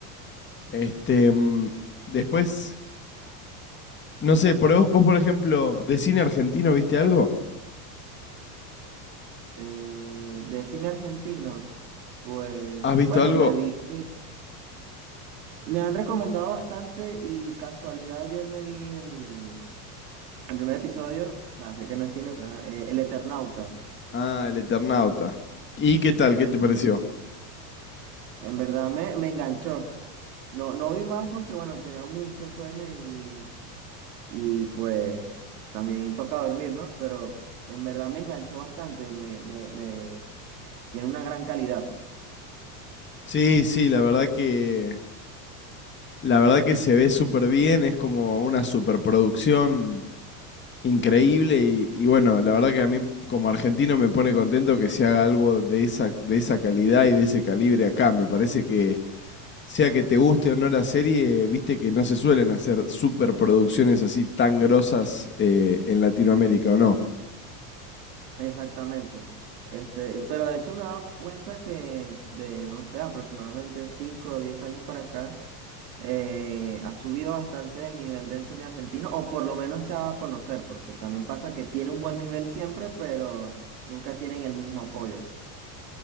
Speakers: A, on the left; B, on the right.
A: Este, mm, después, no sé, por vos, vos, por ejemplo, de cine argentino, ¿viste algo?
B: Eh, de cine argentino, pues
A: ¿Has visto
B: bueno,
A: algo?
B: me vi, me han recomendado bastante y casualidad ayer me vi el, el primer episodio, o sea, sé que no es cine, pero ajá, eh, El Eternauta,
A: Ah, El Eternauta. ¿Y qué tal?
B: que
A: ¿Qué te
B: me-
A: pareció?
B: en verdad me, me enganchó. No, no vi más porque bueno, tenía mucho sueño y, y pues también toca dormir, ¿no? Pero en verdad me enganchó bastante y me, me, me tiene una gran calidad.
A: Sí, sí, la verdad que, la verdad que se ve súper bien, es como una superproducción increíble y, y bueno, la verdad que a mí como argentino me pone contento que se haga algo de esa, de esa calidad y de ese calibre acá. Me parece que sea que te guste o no la serie, viste que no se suelen hacer superproducciones así tan grosas eh, en Latinoamérica, ¿o no?
B: Exactamente. Este, pero de hecho me he dado cuenta que de, no sé, aproximadamente 5 o 10 años para acá, eh, ha subido bastante el nivel del cine argentino, o por lo menos se ha dado a conocer, porque también pasa que tiene un buen nivel siempre, pero nunca tienen el mismo apoyo.